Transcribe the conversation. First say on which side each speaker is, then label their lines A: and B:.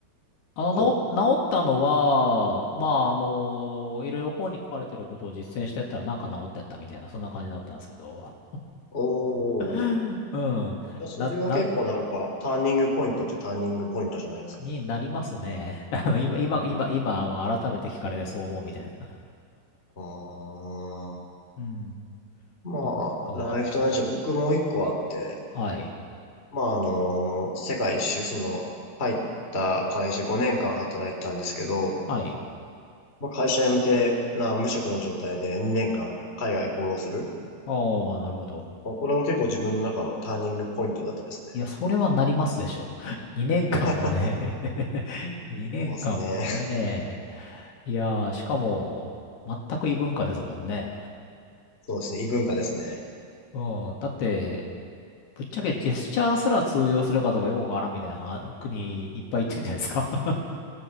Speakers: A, on the left; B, on the left.
A: あの、
B: ほう。
A: 治、治ったのは、まあ、あの、いろいろ本に書かれてることを実践してったらなんか治ってったみたいな、そんな感じだったんですけど。
B: おー。
A: <laughs> うん。
B: じゃあ、それは結構なんか、
A: な、な、
B: ターニングポイントっちゃターニングポイントじゃないですか
A: になりますね。<laughs> あの、今、今、
B: うん。
A: 今、今、あの、改めて聞かれてそう思うみたいな。
B: ああ。
A: うん。
B: まあ、
A: そっか。
B: ライフと同じでゃ僕もう一個あって、
A: はい。
B: まあ、あの、世界一周、その、入った会社5年間働いてたんですけど、
A: はい。
B: まあ、会社辞めて、な、無職の状態で2年間海外放浪する。
A: ああ、なるほど。
B: まあ、これも結構自分の中のターニングポイントだったですね。
A: いや、それはなりますでしょ。<laughs> 2年間もね
B: <laughs>
A: <laughs> 2年間もね。
B: そうですね。
A: いやー、しかも、全く異文化ですもんね。
B: <laughs> そうですね。異文化ですね。
A: うん。だって、ぶっちゃけジェスチャーすら通用するかどうかよくわからんみたいなは国いっぱい行ってるじゃないですか <laughs>